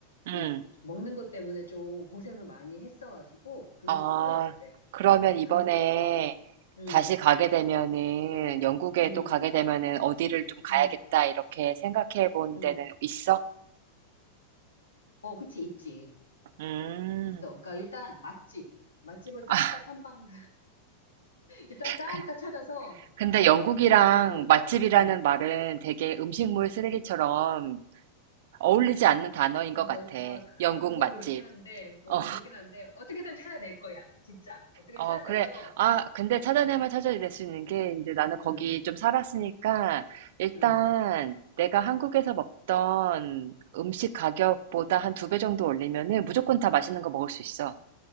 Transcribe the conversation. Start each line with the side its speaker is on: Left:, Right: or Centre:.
Right: 음,
Left: 음, 먹는 것 때문에 좀 고생을 많이 했어가지고, 그게
Right: 아,
Left: 좀 후회가 돼.
Right: 그러면
Left: 음,
Right: 이번에
Left: 그래서, 아, 음,
Right: 다시 가게 되면은, 영국에
Left: 음,
Right: 또 가게 되면은 어디를 좀 가야겠다,
Left: 음,
Right: 이렇게 생각해 본
Left: 음.
Right: 데는 있어?
Left: 어, 그치, 있지.
Right: 음,
Left: 있어. 그러니까 일단 맛집. 맛집을 싹
Right: 아,
Left: 다 탐방 일단 싹
Right: 그-
Left: 다 찾아서,
Right: 근데
Left: 어,
Right: 영국이랑
Left: 맛집 가는
Right: 맛집이라는
Left: 거, 응.
Right: 말은 되게 음식물 쓰레기처럼 어울리지 않는 단어인 것
Left: 음,
Right: 같아.
Left: 어, 어,
Right: 영국
Left: 아, 그건
Right: 맛집.
Left: 그렇긴 한데, 어,
Right: 어.
Left: 그렇긴 한데, 어떻게든 찾아낼 거야, 진짜. 어떻게든
Right: 어,
Left: 찾아내서,
Right: 그래. 아, 근데
Left: 어,
Right: 찾아내면 찾아낼 수 있는 게, 이제 나는 거기
Left: 응,
Right: 좀 살았으니까, 일단
Left: 응.
Right: 내가 한국에서 먹던 음식 가격보다 한 두 배 정도 올리면은 무조건 다 맛있는 거 먹을 수 있어.